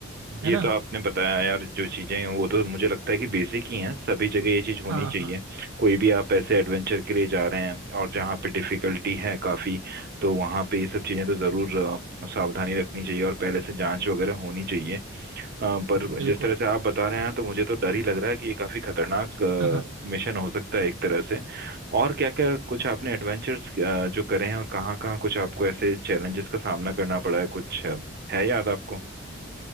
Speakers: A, on the right; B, on the right.
A: ये
B: है ना
A: तो आपने बताया यार जो चीजें हैं वो तो मुझे लगता है कि बेसिक ही हैं सभी जगह ये चीज होनी
B: हाँ
A: चाहिए
B: हाँ
A: कोई भी आप ऐसे एडवेंचर के लिए जा रहे हैं और जहाँ पे डिफिकल्टी है काफी तो वहाँ पे ये सब चीजें तो जरूर अ, सावधानी रखनी चाहिए और पहले से जांच वगैरह होनी चाहिए अ, पर
B: बिल्कुल
A: जिस तरह से आप बता रहे हैं तो मुझे तो डर ही लग रहा है कि ये काफी खतरनाक
B: हाँ हाँ
A: मिशन हो सकता है एक तरह से और क्या क्या कुछ आपने एडवेंचर्स जो करे हैं और कहाँ कहाँ कुछ आपको ऐसे चैलेंजेस का सामना करना पड़ा है कुछ अ, है याद आपको